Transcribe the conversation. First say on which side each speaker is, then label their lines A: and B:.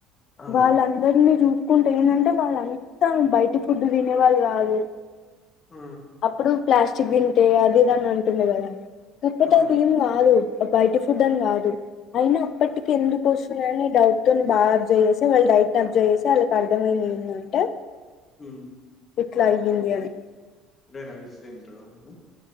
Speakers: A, on the left; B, on the left.
A: ఆ
B: వాళ్ళ అందరిని చూసు కుంటే ఏంటంటే వాళ్ళంతా బయట ఫుడ్ తినేవాళ్ళు కాదు
A: ఊ
B: అప్పుడు ప్లాస్టిక్ తింటే అది ఇది అని అంటుండు కదా ఇప్పతో
A: ఉమ్
B: తీం కాదు బయట ఫుడ్ అని కాదు. అయిన అప్పటికి ఎందుకు వస్తున్నాయిని క్నిన్ దా అబ్జవ్ చేసి, వాళ్ళ డైట్ ని అబ్జవ్ చేసి వాళ్ళకి అర్థమైంది ఏందంటే
A: ఊ
B: ట్లాయ్గింది అని
A: అదే రైస్ రెంట్ ఉ